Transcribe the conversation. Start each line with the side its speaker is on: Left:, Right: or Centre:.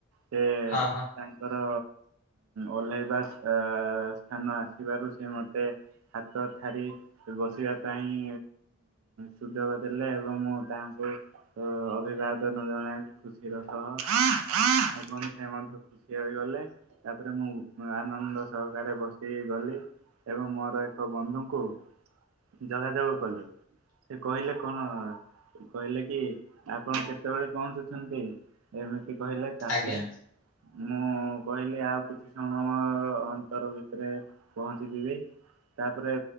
Right: ସେ
Left: ହଁ ହଁ।
Right: ତାଙ୍କର ଓଲ୍ଲେଇବା ସ୍ଥାନ ଆସିବାରୁ ସେ ମତେ ହାତ ଠାରି ବସିବା ପାଇଁ ସୁଯୋଗ ଦେଲେ ଏବଂ ମୁଁ ତାଙ୍କୁ ଅଭିବାଦନ ଜଣାନ୍ତି ଖୁସିର ସହ ଏବଂ ସେ ମଧ୍ୟ ଠିଆ ହୋଇ ଗଲେ ତାପରେ ମୁଁ ଆନନ୍ଦ ସହକାରେ ବସିକି ଗଲି। ଏବଂ ମୋର ଏକ ବନ୍ଧୁଙ୍କୁ ଯୋଗାଯୋଗ କଲି। ସେ କହିଲେ କଣ କହିଲେ କି ଆପଣ କେତେବେଳେ ପହଞ୍ଚୁଛନ୍ତି। ଏମିତି କହିଲା ତାପରେ
Left: ଆଜ୍ଞା
Right: ମୁଁ କହିଲି ଆଉ କିଛି ସମୟ ଅନ୍ତର ଭିତରେ ପହଞ୍ଚିଯିବି। ତାପରେ